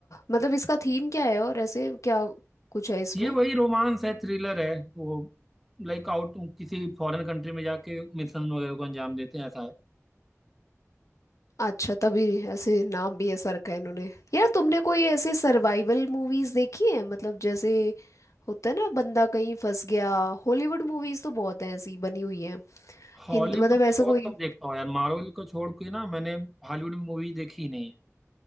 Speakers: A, on the left; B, in the centre.
A: मतलब इसका थीम क्या है और ऐसे क्या कुछ है इसमें
B: ये वही रोमांस है थ्रिलर है वो लाइक आउट किसी फॉरेन कंट्री में जाके मिशन वगैरह को अंजाम देते हैं ऐसा है
A: अच्छा तभी ऐसे नाम भी ऐसा रखा है इन्होंने यार तुमने कोई ऐसे सर्वाइवल मूवीज देखी है मतलब जैसे होता है ना बंदा कहीं फंस गया हॉलीवुड मूवीज तो बहुत हैं ऐसी बनी हुई हैं
B: हॉलीवुड
A: हिंद मतलब
B: में
A: ऐसा
B: बहुत
A: कोई
B: कम देखता हूँ यार मार्वल को छोड़ के ना मैंने हॉलीवुड में मूवी देखी ही नहीं है